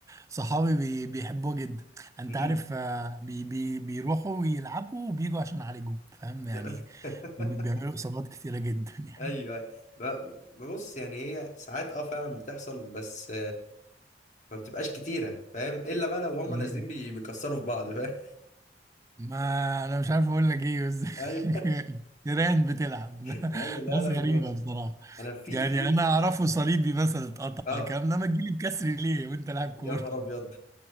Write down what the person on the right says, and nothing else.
صحابي بي بيحبوه جدا انت
عارف آه، بي بي بيروحوا ويلعبوا وبيجوا عشان يعالجوا فاهم يعني
بي- بيعملوا اصابات كتيره جدا <laughs> يعني
مم.
ما انا مش عارف اقول لك ايه بس
<laughs> تيران بتلعب <laughs>
ناس
غريبه
بصراحه
يعني
انا اعرفه صليبي مثلا اتقطع
كام انما تجيلي بكسر ليه وانت لاعب كوره